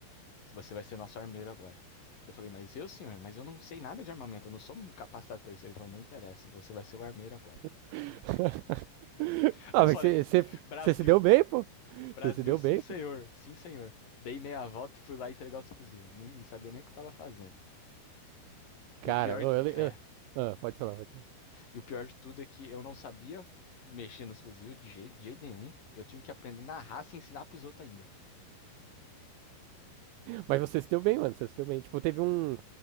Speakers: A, on the left (about 45°); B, on the right (about 85°).
A: você vai ser nosso armeiro agora". Eu falei: "Mas eu, senhor, mas eu não sei nada de armamento, eu não sou capacitado para isso". Ele falou: "Não interessa, você vai ser o armeiro agora".
B: <laughs>
A: <laughs>
B: Ah,
A: Daí eu falei:
B: mas você você-
A: "Brasil,
B: você se deu bem, pô.
A: Brasil,
B: Você se deu
A: sim
B: bem,
A: senhor,
B: pô.
A: sim senhor". Dei meia volta e fui lá entregar os fuzil, nem sabia nem o que eu tava fazendo. E
B: Cara,
A: o pior
B: ô,
A: de,
B: eu, eu-
A: é,
B: Ah, pode falar, pode falar.
A: e o pior de tudo é que eu não sabia mexer nos fuzil de jeito, de jeito nenhum. Eu tive que aprender na raça e ensinar pros outros ainda.
B: Mas você se deu bem, mano. Você se deu bem. Tipo, teve um.